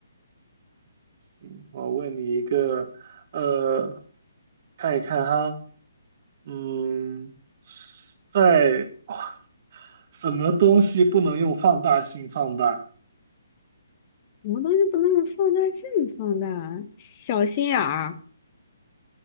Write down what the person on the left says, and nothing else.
什么东西不能放大镜放大？小心眼儿。